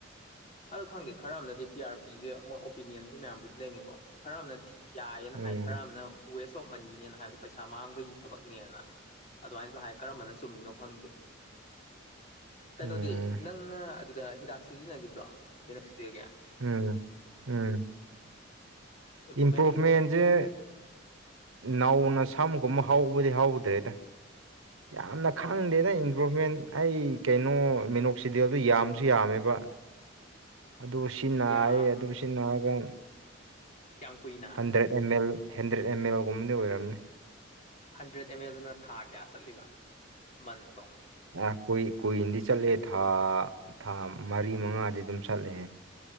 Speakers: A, on the left; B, on the right.
A: ꯑꯣ ꯈꯪꯗꯦ ꯈꯔ ꯑꯃꯅꯗꯤ ꯄꯤ ꯑꯥꯔ ꯄꯤꯤꯁꯦ ꯃꯣꯏ ꯑꯣꯄꯤꯅꯤꯌꯟꯁꯦ ꯃꯌꯥꯝꯕꯨꯗꯤ ꯂꯩꯅꯤꯀꯣ ꯈꯔ ꯑꯃꯅꯗꯤ ꯌꯥꯏꯌꯦꯅ ꯍꯥꯏ
B: ꯎꯝ
A: ꯈꯔ ꯑꯃꯅ ꯋꯦꯁ ꯑꯣꯐ ꯃꯅꯤꯅꯦꯅ ꯍꯥꯏꯕꯗꯣ ꯄꯩꯁꯥ ꯃꯥꯡꯕꯒꯤ ꯊꯕꯛꯅꯦꯅ ꯑꯗꯨꯃꯥꯏꯅꯁꯨ ꯍꯥꯏ ꯀꯔꯝꯕꯅ ꯆꯨꯝꯃꯤꯅꯣ ꯈꯪꯗꯦ ꯀꯩꯅꯣꯗꯤ
B: ꯎꯝ
A: ꯅꯪꯅ ꯑꯗꯨꯗ ꯍꯤꯗꯥꯛ ꯁꯤꯖꯤꯟꯅꯈꯤꯕ꯭ꯔꯣ ꯃꯅꯛ ꯁꯤꯕꯤꯒꯦ
B: ꯎꯝ ꯎꯝ
A: ꯏꯝꯄ꯭ꯔꯨꯞꯃꯦꯟ
B: ꯏꯝꯄ꯭ꯔꯨꯚꯃꯦꯟꯁꯦ
A: ꯏꯝꯄ꯭ꯔꯨꯞꯃꯦꯟ
B: ꯅꯅꯥꯧꯅ ꯁꯥꯃꯨꯒꯨꯝꯕ ꯍꯥꯎꯕꯗꯤ ꯍꯥꯎꯗ꯭ꯔꯦꯗ ꯌꯥꯝꯅ
A: ꯎꯝ
B: ꯈꯪꯗꯦ ꯅꯪ ꯏꯟꯄ꯭ꯔꯣꯚꯃꯦꯟ ꯑꯩ ꯀꯩꯅꯣ ꯃꯤꯅꯣꯛꯁꯤꯗꯦꯜꯗꯣ ꯌꯥꯝꯁꯨ ꯌꯥꯝꯃꯦꯕ ꯑꯗꯨ ꯁꯤ ꯅꯥꯌꯦ
A: ꯌꯥꯝ
B: ꯑꯗꯨ ꯁꯤ ꯅꯥꯔꯒ
A: ꯀꯌꯥꯝ ꯀꯨꯏꯅ
B: hundred M L hundred M ꯑꯦꯜꯒꯨꯝꯕꯗꯤ ꯑꯣꯏꯔꯝꯅꯤ
A: ꯍꯟꯗ꯭ꯔꯦꯗ ꯑꯦꯝ ꯑꯦꯜꯗꯨꯅ ꯊꯥ ꯀꯌꯥ ꯆꯠꯂꯤꯕ ꯃꯟꯠꯇꯣ
B: ꯑ ꯀꯨꯏ ꯀꯨꯏꯅꯗꯤ ꯆꯠꯂꯦ ꯊꯥ ꯊꯥ ꯃꯔꯤ ꯃꯉꯥꯗꯤ ꯑꯗꯨꯝ ꯆꯠꯂꯦ